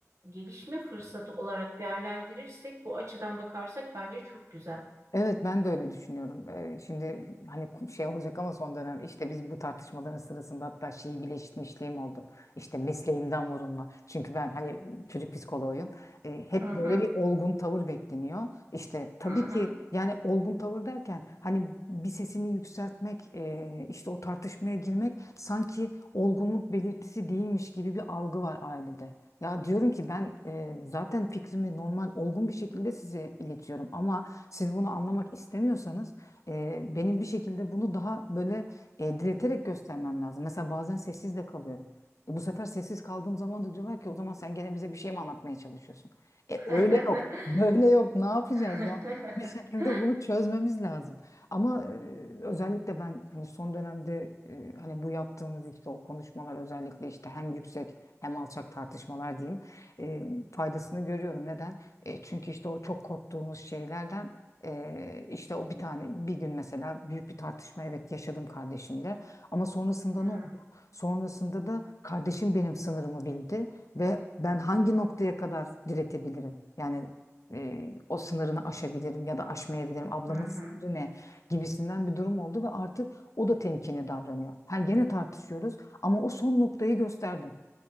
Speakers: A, on the right; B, on the left.
A: gelişme fırsatı olarak değerlendirirsek bu açıdan bakarsak bence çok güzel.
B: Evet ben de öyle düşünüyorum. Ee, şimdi hani ku- şey olacak ama son dönem işte biz bu tartışmaların sırasında hatta şeyi bile işitmişliğim oldu. İşte mesleğimden vurulma. Çünkü ben hani çocuk psikoloğuyum. Ee, hep
A: Hı hı,
B: böyle bir olgun tavır bekleniyor. İşte tabii
A: hı hı.
B: ki yani olgun tavır derken hani bir sesini yükseltmek, e, işte o tartışmaya girmek sanki olgunluk belirtisi değilmiş gibi bir algı var ailede. Ya diyorum ki ben e, zaten fikrimi normal olgun bir şekilde size iletiyorum ama siz bunu anlamak istemiyorsanız e, benim bir şekilde bunu daha böyle e, direterek göstermem lazım. Mesela bazen sessiz de kalıyorum. E, bu sefer sessiz kaldığım zaman da diyorlar ki o zaman sen gene bize bir şey mi anlatmaya çalışıyorsun? E, öyle
A: <laughs>
B: yok, <laughs> böyle yok. Ne yapacağız
A: <laughs>
B: ya? Bir şekilde bunu çözmemiz lazım. Ama e, özellikle ben hani son dönemde e, hani bu yaptığımız işte o konuşmalar özellikle işte hem yüksek hem alçak tartışmalar diyeyim e, faydasını görüyorum. Neden? E, çünkü işte o çok korktuğumuz şeylerden ee, işte o bir tane bir gün mesela büyük bir tartışma evet yaşadım kardeşimle ama sonrasında
A: Hı hı,
B: ne oldu? Sonrasında da kardeşim benim sınırımı bildi ve ben hangi noktaya kadar diretebilirim? Yani e, o sınırını aşabilirim ya da aşmayabilirim. Ablamın
A: hı hı,
B: sınırı ne gibisinden bir durum oldu ve artık o da temkinli davranıyor. Ha gene tartışıyoruz ama o son noktayı gösterdim.